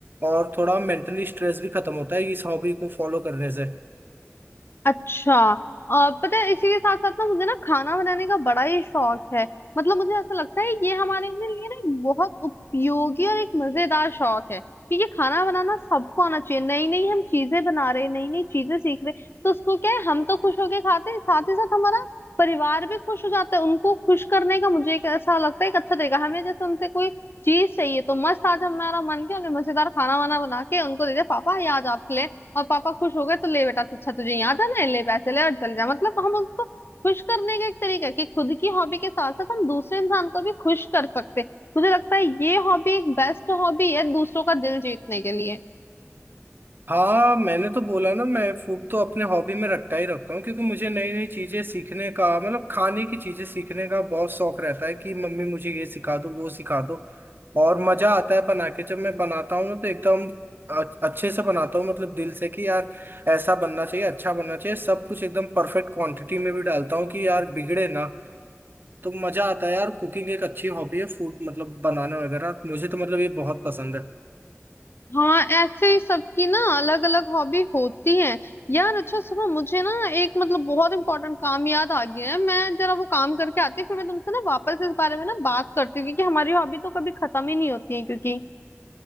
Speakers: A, on the right; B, on the left.
A: और थोड़ा मेंटली स्ट्रेस भी खत्म होता है इस हॉबी को फॉलो करने से
B: अच्छा आ, पता है इसी के साथ साथ ना मुझे ना खाना बनाने का बड़ा ही शौक है मतलब मुझे ऐसा लगता है ये हमारे ने लिए ना एक बहुत उपयोगी और एक मजेदार शौक है क्योंकि खाना बनाना सबको आना चाहिए नई नई हम चीजें बना रहे नई नई चीजें सीख रहे तो उसको क्या है हम तो खुश होके खाते हैं साथ ही साथ हमारा परिवार भी खुश हो जाता है उनको खुश करने का मुझे एक ऐसा लगता है एक अच्छा तरीका हमें जैसे उनसे कोई चीज चाहिए तो मस्त आज हमारा मन किया हमने मजेदार खाना वाना बना के उनको दे दिया पापा ये आज आपके लिए और पापा खुश हो गए तो ले बेटा तो अच्छा तुझे यहाँ जाना है ले पैसे ले और चल जा मतलब हम उसको खुश करने का एक तरीका है कि खुद की हॉबी के साथ साथ हम दूसरे इंसान को भी खुश कर सकते हैं। मुझे लगता है ये हॉबी एक बेस्ट हॉबी है दूसरों का दिल जीतने के लिए
A: हाँ मैंने तो बोला ना मैं फूड तो अपने हॉबी में रखता ही रखता हूँ क्योंकि मुझे नई नई चीजें सीखने का मतलब खाने की चीजें सीखने का बहुत शौक रहता है कि मम्मी मुझे ये सिखा दो वो सिखा दो और मजा आता है बना के जब मैं बनाता हूँ ना तो एकदम अ- अच्छे से बनाता हूँ मतलब दिल से कि यार ऐसा बनना चाहिए अच्छा बनना चाहिए सब कुछ एकदम परफेक्ट क्वांटिटी में भी डालता हूँ कि यार बिगड़े ना तो मजा आता है यार कुकिंग एक अच्छी हॉबी है फूड मतलब बनाना वगैरह मुझे तो मतलब ये बहुत पसंद है
B: हाँ ऐसे ही सबकी ना अलग अलग हॉबी होती है यार अच्छा सुनो मुझे ना एक मतलब बहुत इंपॉर्टेंट काम याद आ गया है मैं जरा वो काम करके आती हूँ फिर मैं तुमसे ना वापस इस बारे में ना बात करती हूँ क्योंकि हमारी हॉबी तो कभी खत्म ही नहीं होती है क्योंकि